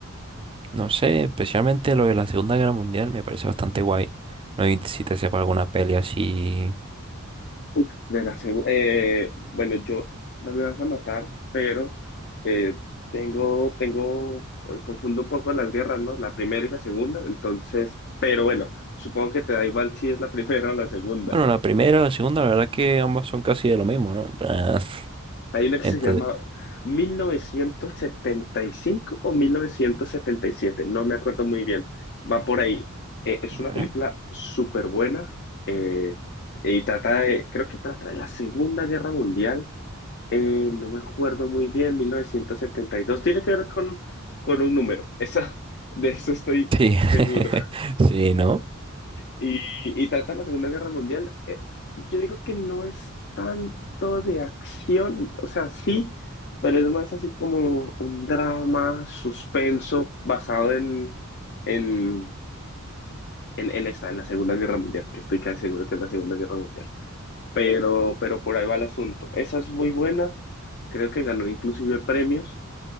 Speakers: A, on the right; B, on the left.
A: No sé, especialmente lo de la Segunda Guerra Mundial me parece bastante guay. No sé si te sepa alguna peli así.
B: Uf, de la segu- eh, bueno, yo no me vas a matar, pero eh, tengo, tengo, eh, confundo un poco las guerras, ¿no? La primera y la segunda, entonces, pero bueno, supongo que te da igual si es la <laughs> primera o la segunda.
A: Bueno, la primera, la segunda, la verdad que ambas son casi de lo mismo, ¿no? En plan, <laughs>
B: Hay una que
A: Entonces,
B: se llama 1975 o 1977, no me acuerdo muy bien. Va por ahí. Eh, es
A: Vale.
B: una película súper buena eh, y trata de, creo que trata de la Segunda Guerra Mundial. Eh, no me acuerdo muy bien, 1972. Tiene que ver con, con un número. Eso <laughs> de eso estoy
A: sí, <laughs>
B: seguro.
A: sí, ¿no?
B: Y, y trata la Segunda Guerra Mundial. eh, yo digo que no es tanto de acción, o sea, sí, pero es más así como un drama, suspenso, basado en, en, en, en esa, en la Segunda Guerra Mundial, que estoy casi seguro que es la Segunda Guerra Mundial. Pero, pero por ahí va el asunto. Esa es muy buena, creo que ganó inclusive premios.